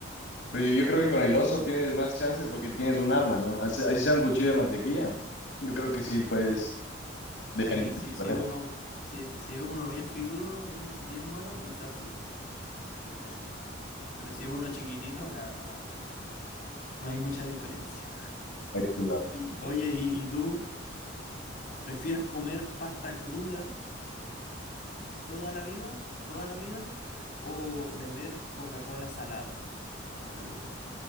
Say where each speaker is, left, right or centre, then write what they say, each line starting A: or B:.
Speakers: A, on the left (about 60°); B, on the left (about 40°).
A: Pero yo yo creo que con el oso tienes más chances porque tienes un arma, ¿no? Así, así sea un cuchillo de mantequilla.
B: Mm.
A: Yo creo que sí puedes defenderte
B: A ver, si,
A: con
B: si es uno,
A: eso.
B: si, si es uno bien filudo, bien, bien bueno, quizás sí, quizás sí. Pero si es uno chiquitito, la verdad, no hay mucha diferencia.
A: Ay, sí, no.
B: <laughs> Oye, ¿y, y tú prefieres comer pasta cruda toda la vida, toda la vida, o beber Coca-Cola salada toda la vida?